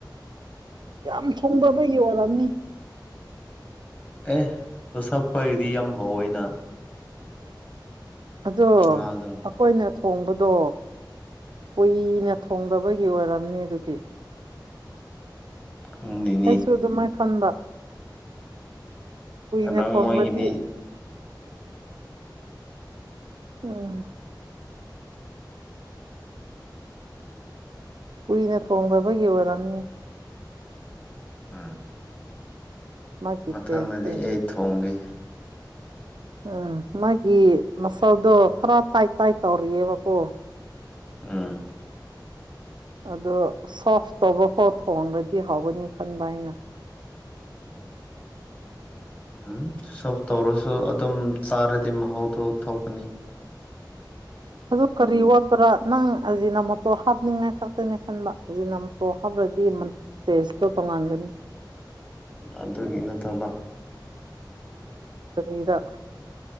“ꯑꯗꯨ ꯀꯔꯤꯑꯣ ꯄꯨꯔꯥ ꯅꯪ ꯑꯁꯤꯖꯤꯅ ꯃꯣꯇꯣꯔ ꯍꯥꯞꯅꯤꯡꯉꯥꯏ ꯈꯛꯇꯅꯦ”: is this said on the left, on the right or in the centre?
Right